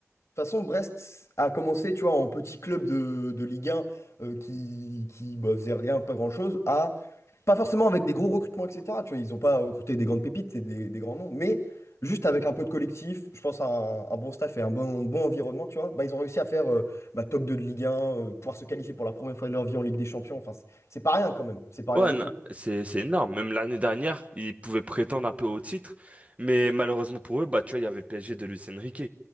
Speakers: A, on the left; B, on the right.
A: façon, Brest a commencé, tu vois, en petit club de, de Ligue 1 euh, qui, qui bah, faisait rien, pas grand-chose, à pas forcément avec des gros recrutements, etc. Tu vois, ils n'ont pas recruté des grandes pépites et des, des grands noms, mais juste avec un peu de collectif, je pense à un, un bon staff et un bon, bon environnement, tu vois, bah, ils ont réussi à faire euh, bah, top 2 de Ligue 1, euh, pouvoir se qualifier pour la première fois de leur vie en Ligue des Champions. Enfin, c'est c'est pas rien quand même. C'est pas rien
B: Ouais,
A: du
B: non,
A: tout.
B: c'est c'est énorme. Même l'année dernière, ils pouvaient prétendre un peu au titre, mais malheureusement pour eux, bah tu vois, il y avait le PSG de Luis Enrique.